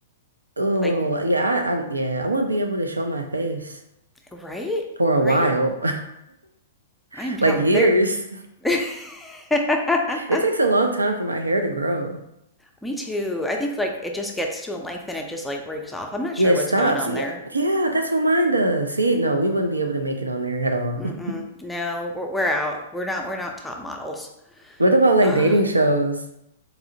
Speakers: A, on the right; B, in the centre.
A: Oh,
B: Like
A: yeah, I, I yeah, I wouldn't be able to show my face
B: right?
A: for a
B: Right?
A: while, <laughs>
B: I am telling
A: like years.
B: there
A: <laughs>
B: <laughs>
A: It takes a long time for my hair to grow.
B: Me too. I think like it just gets to a length and it just like breaks off. I'm not sure
A: Yeah, it
B: what's
A: stops.
B: going on
A: Yeah,
B: there.
A: yeah, that's what mine does. See, no, we wouldn't be able to make it on there at all.
B: Mm-mm.
A: <laughs>
B: No, we're, we're out. We're not we're not top models.
A: What about like
B: Ugh.
A: dating shows?